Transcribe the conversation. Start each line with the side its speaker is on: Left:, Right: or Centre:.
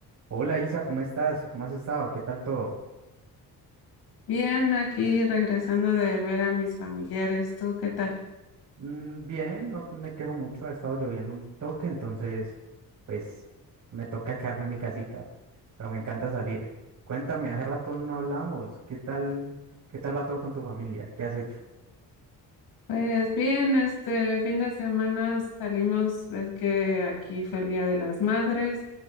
Right: Hola Isa, ¿cómo estás? ¿Cómo has estado? ¿Qué tal todo?
Left: Bien, aquí regresando de ver a mis familiares. ¿Tú qué tal?
Right: Mm, bien, no me quejo mucho, ha estado lloviendo un toque, entonces pues me toca quedarme en mi casita, pero me encanta salir. Cuéntame, hace rato no hablamos, ¿qué tal, qué tal va todo con tu familia? ¿Qué has hecho?
Left: Pues bien, este fin de semana salimos, ves que aquí fue el Día de las Madres